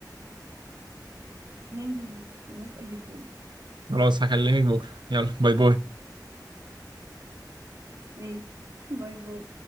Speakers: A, on the right; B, on the right.
A: ننزل بكره موافقه جدا
B: خلاص هكلمك بكره يلا باي باي
A: ماشي <laughs> باي باي